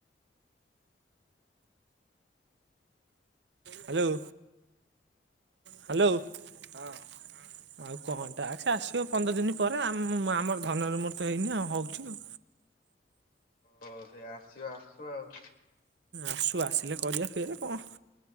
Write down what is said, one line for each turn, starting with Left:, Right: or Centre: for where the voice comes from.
Right: ହ୍ୟାଲୋ? ହ୍ୟାଲୋ, ହଁ ଆଉ କଣ ଟାସ୍କ ଆସିବ ପନ୍ଦର ଦିନ ପରେ ଆମର ଧନର ମୋର ତ ହେଇନି ଆଉ ହଉଛି ଆଉ।
Left: ହଉ ସେ ଆସିବ ଆସୁ ଆଉ।
Right: ଆସୁ ଆସିଲେ କରିବ ଫେରେ କଣ